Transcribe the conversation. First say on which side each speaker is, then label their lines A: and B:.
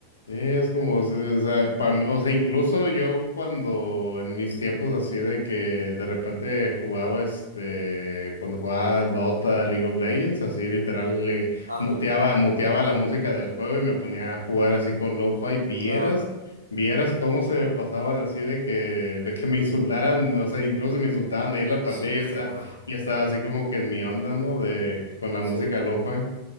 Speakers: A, on the left; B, on the left.
A: Sí, es como, sí, o sea, pa- o sea, incluso yo cuando en mis tiempos así de que de repente jugaba, este, cuando jugaba Dota, League of Legends, así literal, le
B: Ándale,
A: muteaba, muteaba la música del juego y me ponía a jugar así con lo-fi, vieras,
B: claro.
A: vieras cómo se me pasaban así de que, de que me insultaran, o sea, incluso me insultaban de ahí en la partida
B: Sí, pues
A: y ya estaba,
B: claro.
A: ya estaba así como que en mi onda, ¿no? De, con la
B: Sí.
A: música lo-fi.